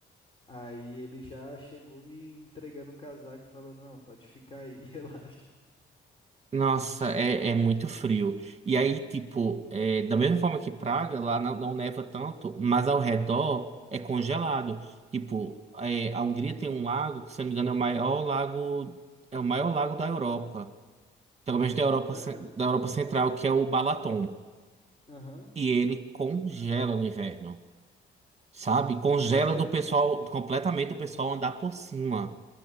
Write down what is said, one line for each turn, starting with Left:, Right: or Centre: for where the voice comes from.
Left: Aí ele já chegou me entregando o casaco, falando, não, pode ficar aí, <laughs> relaxa.
Right: Nossa, é, é muito frio. E aí, tipo, é, da mesma forma que Praga, lá não, não neva tanto, mas ao redor é congelado. Tipo, é, a Hungria tem um lago que, se eu não me engano, é o maior lago, é o maior lago da Europa. pelo menos da Europa,
Left: Sério?
Right: ce- da Europa Central, que é o Balaton.
Left: Aham.
Right: E ele congela no inverno, sabe? Congela
Left: Completamente
Right: do pessoal, completamente o pessoal andar por cima.